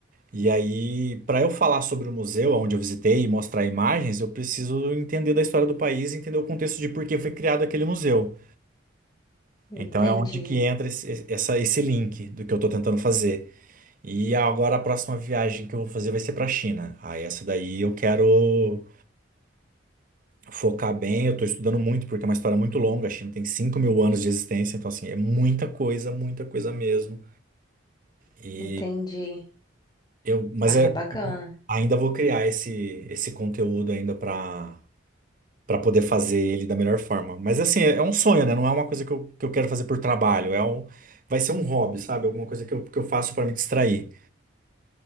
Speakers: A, on the right; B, on the left.
A: E aí, para eu falar sobre o museu onde eu visitei e mostrar imagens, eu preciso entender da história do país, e entender o contexto de por que foi criado aquele museu.
B: Entendi.
A: Então é onde que entra esse, essa- esse link do que eu estou tentando fazer. E agora a próxima viagem que eu vou fazer vai ser para a China. Ah, essa daí eu quero focar bem. Eu estou estudando muito porque é uma história muito longa. A China tem cinco mil anos de existência, então assim é muita coisa, muita coisa mesmo. E
B: Entendi.
A: eu, mas
B: Ah,
A: é,
B: bacana.
A: ainda vou criar esse esse conteúdo ainda para Pra poder fazer ele da melhor forma. Mas assim, é é um sonho, né? Não é uma coisa que eu, que eu quero fazer por trabalho. É um, vai ser um hobby, sabe? Alguma coisa que eu, que eu faço pra me distrair.